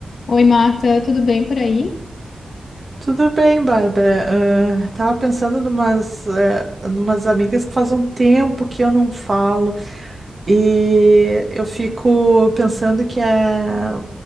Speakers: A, on the left; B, on the right.
A: Oi, Marta, tudo bem por aí?
B: Tudo bem, Bárbara. Ah, tava pensando numas, eh, numas amigas que faz um tempo que eu não falo e eu fico pensando que é.